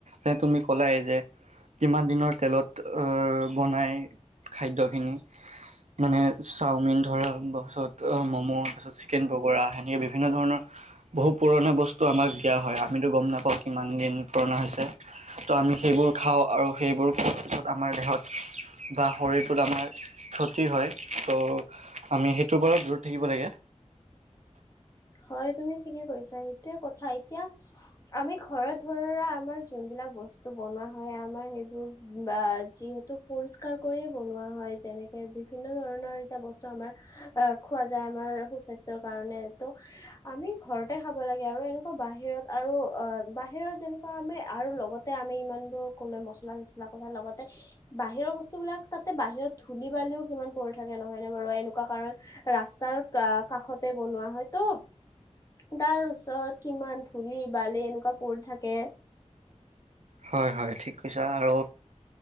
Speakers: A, on the right (about 70°); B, on the left (about 30°).
A: যে তুমি ক'লাই যে কিমান দিনৰ তেলত বনাই খাদ্য মানে চাওমিন ধৰা পিছত ম'ম' তাৰপিছত চিকেন পগোৰা সেনেকৈ বিভিন্ন ধৰণৰ বহু পুৰণা বস্তু আমাক দিয়া হয় আমিতো গম নাপাওঁ কিমান দিন পুৰণা হৈছে ত' আমি সেইবোৰ খাওঁ আৰু সেইবোৰ খোৱাৰ পিছত আমাৰ দেহত বা শৰীৰটোত আমাৰ ক্ষতি হয় ত' আমি সেইটোৰ পৰালপ দুৰত থাকিব লাগে
B: হয় তুমি ঠিকে কৰিছা সেইতো কথা এতিয়া আমি ঘৰ ধৰা আমাৰ যোনবিলাক বস্তু বনোৱা হয় আমাৰ সেইবোৰ যিহেতু পৰিষ্কাৰ কৰি বনোৱা হয় যেনেকে বিভিন্ন বিভিন্ন ধৰণৰ এতিয়া বস্তু আমাৰ আহ খোৱা যায় আমাৰ সুস্বাস্থ্যয়ৰ কাৰণে ত আমি ঘৰতে খাব লাগে আৰু এনেকুৱা বাহিৰত আৰু বাহিৰত যেনেকুৱা আমি আৰু লগতে আমি ইমানবোৰ ক'লে মচলা চছলা কথা লগতে বাহিৰৰ বস্তুবিলাক তাতে বাহিৰত ধূলি বালিও কিমান পৰি থাকে নহয় নে বাৰু এনেকুৱা কাৰণ ৰাস্তাৰ কাষতে বনোৱা হয় ত' তাৰ ওচৰত কিমান ধূলি বালি এনেকুৱা পৰি থাকে
A: হয় হয় ঠিক কৈছা আৰু